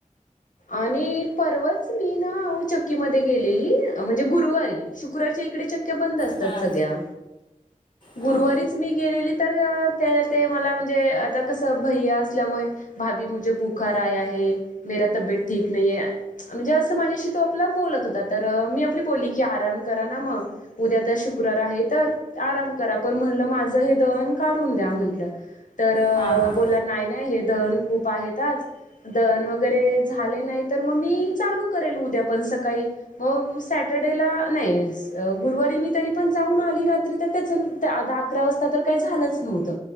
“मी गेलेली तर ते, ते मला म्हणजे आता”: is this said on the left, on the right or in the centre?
Left